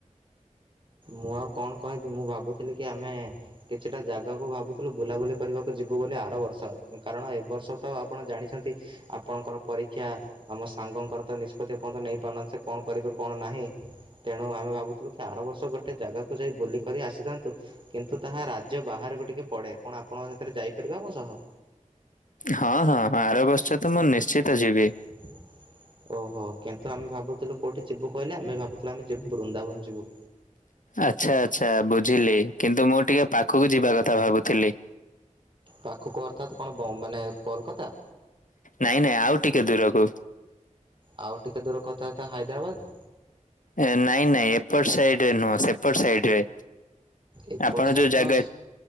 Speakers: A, on the right; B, on the left.
A: ମୁଁ ଆଉ କଣ କହିବି ମୁଁ ଭାବୁଥିଲି କି ଆମେ କିଛିଟା ଜାଗାକୁ ଭାବୁଥିଲୁ ବୁଲାବୁଲି କରିବାକୁ ଯିବୁ ବୋଲି ଆର ବର୍ଷ କାରଣ ଏବ ବର୍ଷ ତ ଆପଣ ଜାଣିଛନ୍ତି ଆପଣଙ୍କର ପରୀକ୍ଷା। ଆମ ସାଙ୍ଗଙ୍କର ତ ନିଷ୍ପତ୍ତି ପର୍ଯ୍ୟନ୍ତ ନେଇପାରୁନାହାନ୍ତି ସେ କଣ କରିବେ କଣ ନାହିଁ। ତେଣୁ ଆମେ ଭାବୁଥିଲୁ କି ଆର ବର୍ଷ ଗୋଟେ ଜାଗାକୁ ଯାଇ ବୁଲିକର ଆସିଥାନ୍ତୁ। କିନ୍ତୁ ତାହା ରାଜ୍ୟ ବାହାରକୁ ଟିକେ ପଡ଼େ କଣ ଆପଣ ସେଥିରେ ଯାଇପାରିବେ ଆମ ସହ?
B: ହଁ ହଁଁ ଆର ବର୍ଷ ତ ମୁଁ ନିଶ୍ଚିତ ଯିବି।
A: <inaudible> ଓହୋ କିନ୍ତୁ ଆମେ ଭାବୁଥିଲୁ କୋଉଠି ଯିବୁ କହିଲେ ଆମେ ଭାବୁଥିଲୁ ଆମେ ଯିବୁ ବୃନ୍ଦାବନ ଯିବୁ।
B: ଆଚ୍ଛା ଆଚ୍ଛା ବୁଝିଲି କିନ୍ତୁ ମୁଁ ଟିକେ ପାଖକୁ ଯିବା କଥା ଭାବୁଥିଲି।
A: ପାଖକୁ ଅର୍ଥାତ୍ କଣ ବମ୍ ମାନେ କୋଲକାତା।
B: ନାଇଁ ନାଇଁ ଆଉ ଟିକେ ଦୂରକୁ।
A: ଆଉ ଟିକେ ଦୂରକୁ ଅର୍ଥାତ୍ ହାଇଦ୍ରାବାଦ୍।
B: ଏ ନାଇଁ ନାଇଁ ଏପଟ ସାଇଡରେ ନୁହଁ ସେପଟ ସାଇଡ ରେ।
A: ଏପଟ
B: ଆପଣ
A: ସାଇଟ୍
B: ଯୋଉ ଜାଗା
A: ନୁହଁ